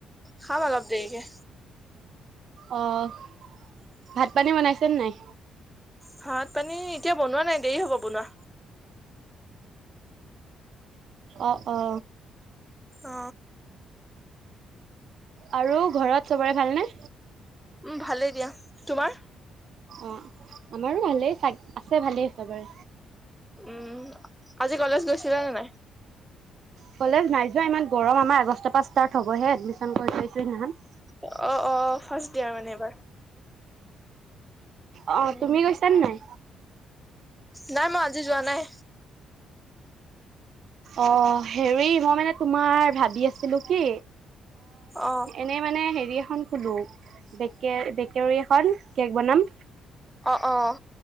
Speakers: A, in the centre; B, on the right.
A: খাম অলপ দেৰিকে।
B: অ', ভাত পানী বনাইছেনে নাই?
A: ভাত পানী এতিয়া বনোৱা নাই দেৰি হ'ব বনোৱা।
B: অ', অ'।
A: অ
B: আৰু ঘৰত চবৰে ভালনে?
A: উম ভালেই দিয়া, তোমাৰ?
B: অ', আমাৰো ভালেই চ আছে ভালেই চবৰে।
A: উম আজি কলেজ গৈছিলা নে নাই?
B: কলেজ নাই যোৱা ইমান গৰম আমাৰ আগষ্ট পা ষ্টাৰ্ট হ'বহে এডমিচন কৰি থৈছো সেইদিনাখন।
A: অ', অ', ফাৰ্ষ্ট দিয়াৰ মানে এইবাৰ।
B: অ',
A: উম
B: তুমি গৈছানে নাই?
A: নাই মই আজি যোৱা নাই।
B: অ', হেৰি মই মানে তোমাৰ ভাবি আছিলো কি
A: অ
B: এনেই মানে হেৰি এখন খোলো। ব বেকাৰী এখন। কেক বনাম।
A: অ', অ'।